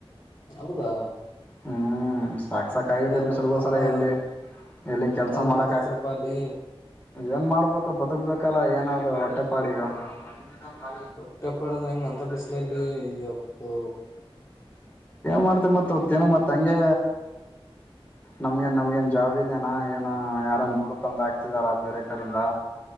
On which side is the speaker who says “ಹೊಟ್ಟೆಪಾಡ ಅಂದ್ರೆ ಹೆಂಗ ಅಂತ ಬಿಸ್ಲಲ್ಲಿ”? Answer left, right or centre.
Left